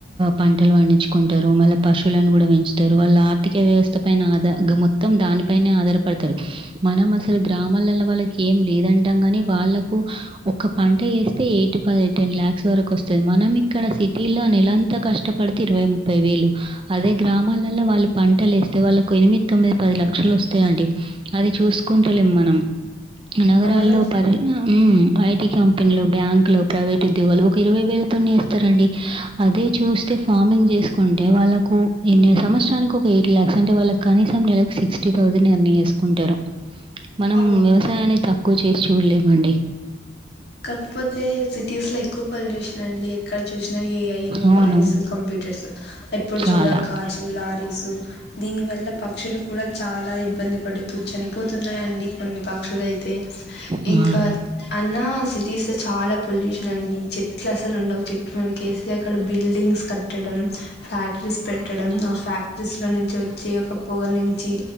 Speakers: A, on the right; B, on the left.
A: పంటలు పండించుకుంటరు మళ్ళ పశువులను కూడా పెంచుతారు వాళ్ళ ఆర్థిక వ్యవస్థ పైన ఆద గ మొత్తం దాన్ ద పైనే ఆధారపడతారు మనం అసలు గ్రామాలల్లో వాళ్ళకి ఏం లేదంటాం గాని వాళ్ళకు ఒక్క పంట ఏస్తే ఎయిట్ పది టెన్ లాక్స్ వరకు వస్తుంది మనం ఇక్కడ సిటీలో నెలంత కష్ కష్టపడితే ఇరవై ముప్పై వేలు అదే గ్రామాలల్లో వాళ్ళు పంటలు ఏస్తే వాళ్ళకు ఎనిమిది తొమ్మిది పది లక్షలు వస్తాయండి అది చూసుకుంటలేం మనం నగరాల్లో
B: అవునండి
A: పరిన ఉమ్ ఐటి కంపెనీలు బ్యాంకులు ప్రైవేట్ ఉద్యోగాలు ఒక ఇరవై వేలతోనే ఏస్తారండి అదే చూస్ ఫార్మింగ్ చేసుకుంటే వాళ్ళకు ఎన్ని సంవత్సరానికి ఒక ఎయిట్ ల్యాక్స్ అంటే వాళ్ళకి కనీసం నెలకు సిక్స్టీ థౌసండ్ ఎర్న్ చేసుకుంటారు మనం
B: అవును
A: వ్యవసాయాన్ని తక్కువ చేసి చూలేమండి
B: కాక్పోతే సిటీస్లో ఎక్కువ పొల్యూషన్ అండి ఎక్కడ చూసినా ఏఐ మొబైల్స్,
A: అవును.
B: కంప్యూ టర్స్ ఎప్పుడు
A: చాలా.
B: చూడా కార్స్, లారీస్ దీని వల్ల పక్షులు కూడా చాలా ఇబ్బంది పడుతూ చనిపోతున్నాయండి కొన్ని పక్షులైతే
A: ఆ!
B: ఇంకా అన్నా సిటీస్లో చాలా పొల్యూషన్ అండి చెట్లు అసలుండవు చెట్లు మన కేసీఆర్ గాడు బి బిల్డింగ్స్ కట్టడం ఫ్యాక్ రీస్ పెట్టడం ఆ ఫ్యాక్టరీస్లో నుంచి వచ్చే ఒక పొగ నుంచి